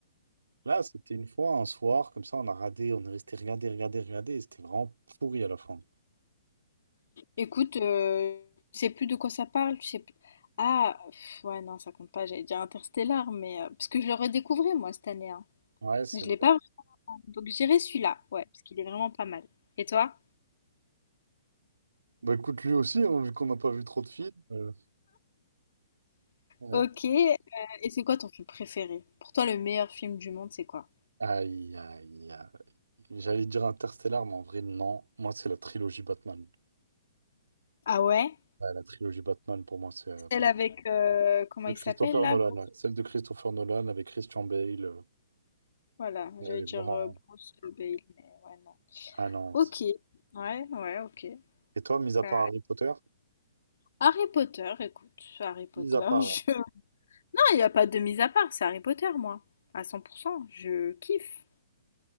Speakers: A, on the right (about 75°); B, on the left (about 60°).
A: Là, c'était une fois, un soir, comme ça, on a radé, on est resté regarder, regarder, regarder, et c'était vraiment pourri à la fin.
B: Écoute, euh, tu sais plus de quoi ça parle, tu sais plus. Ah, pff, ouais, non, ça compte pas, j'allais dire Interstellar, mais. euh, parce que je le redécouvrais, moi, cette année. hein.
A: Ouais, c'est
B: Je
A: vrai.
B: l'ai pas vraiment. Donc j'irai celui-là, ouais, parce qu'il est vraiment pas mal. Et toi?
A: Bah écoute, lui aussi, hein, vu qu'on n'a pas vu trop de films. euh, ouais.
B: Ok, euh, et c'est quoi ton film préféré? Pour toi, le meilleur film du monde, c'est quoi?
A: Aïe, aïe, aïe. J'allais dire Interstellar, mais en vrai, non. Moi, c'est la trilogie Batman.
B: Ah ouais?
A: Ouais, la trilogie Batman, pour moi, c'est euh, vraiment...
B: Celle avec. euh, comment
A: De
B: il
A: Christopher
B: s'appelle là?
A: Nolan,
B: Bruce-
A: ouais. Celle de Christopher Nolan avec Christian Bale. euh,
B: Voilà,
A: Elle
B: j'allais
A: est
B: dire
A: vraiment.
B: euh, Bruce Bale, mais ouais, non.
A: Ah non.
B: Ok,
A: c'est-
B: ouais, ouais, ok.
A: Et toi, mis
B: Enfin,
A: à part Harry Potter?
B: Harry Potter, écoute, Harry Potter,
A: Mis à part.
B: <laughs> je,
A: Harry
B: il n'y a pas de mise à part, c'est Harry Potter, moi. À 100%, je kiffe.